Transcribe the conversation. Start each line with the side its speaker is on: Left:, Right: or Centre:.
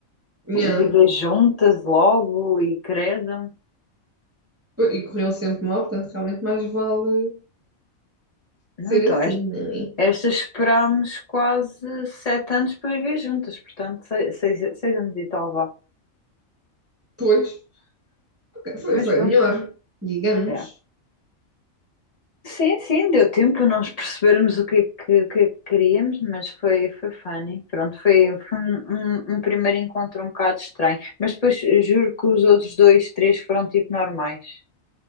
Right: Yeah.
Left: Viver juntas logo e credo.
Right: E corriam sempre mal, portanto, realmente mais vale
Left: Não,
Right: ser
Left: então
Right: assim,
Left: é
Right: não é?
Left: Estas esperámos quase sete anos para viver juntas, portanto, seis, seis, seis anos e tal, vá.
Right: Pois. Ok, Foi,
Left: Mas
Right: foi
Left: pronto,
Right: melhor, digamos.
Left: é. Sim, sim, deu tempo para nós percebermos o que é que, o que é que queríamos, mas foi, foi funny. Pronto, foi, foi um, um- um primeiro encontro um bocado estranho. Mas depois eh, juro que os outros dois, três foram tipo normais,